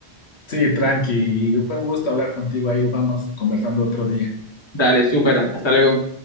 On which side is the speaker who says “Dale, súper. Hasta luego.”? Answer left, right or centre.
Left